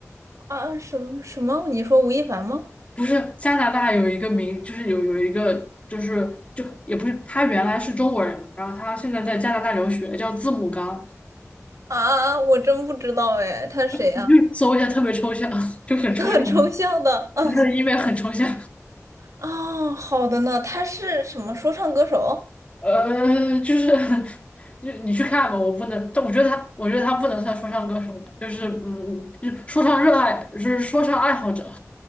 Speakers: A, on the right (about 80°); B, on the left (about 25°).
A: 啊，什么什么？你说吴亦凡吗？
B: 不是加拿大有一个名，就是有有一个就是就也不是他原来是中国人嘛，然后他现在在加拿大留学，叫字母刚，
A: 啊，我真不知道哎，他谁啊？
B: 你去搜一下，特别抽象，<laughs> 就很抽象，
A: <laughs> 抽象的。啊，
B: 就是因为很抽象。
A: 哦，好的呢，他是什么说唱歌手、
B: 呃，就是 <laughs> 就你去看吧，我不能，但我觉得他，我觉得他不能算说唱歌手吧，就是嗯，就是说唱热爱，就是说唱爱好者，